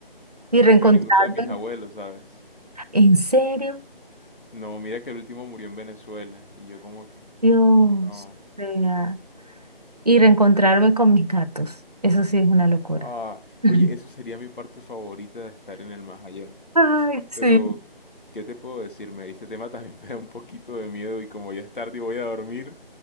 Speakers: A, on the right; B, on the left.
A: Y reencontrarme,
B: yo a ninguno de mis abuelos, ¿sabes?
A: en serio,
B: No, mira que el último murió en Venezuela y yo como que
A: Dios,
B: no.
A: vea. Y reencontrarme con mis gatos, eso sí es una locura.
B: Ah,
A: <laughs>
B: oye, eso sería mi parte favorita de estar en el más allá.
A: Ay, sí,
B: Pero, ¿qué te puedo decir? Me Este tema también me da un poquito de miedo y como ya es tarde y voy a dormir,